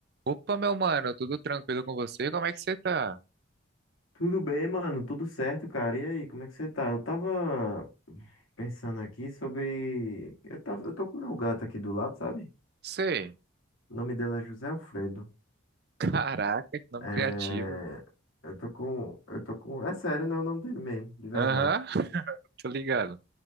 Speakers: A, on the right (about 50°); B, on the left (about 85°).
A: Opa, meu mano, tudo tranquilo com você? Como é que você tá?
B: Tudo bem, mano? Tudo certo, cara? E aí, como é que você tá? Eu tava pensando aqui sobre. Eu, tava... eu tô com meu gato aqui do lado, sabe?
A: Sei.
B: O nome dele é José Alfredo.
A: Caraca, que nome
B: É...
A: criativo.
B: Eu tô com. Eu tô com. É sério, né? O nome dele mesmo, de verdade.
A: Aham, <laughs> tô ligado.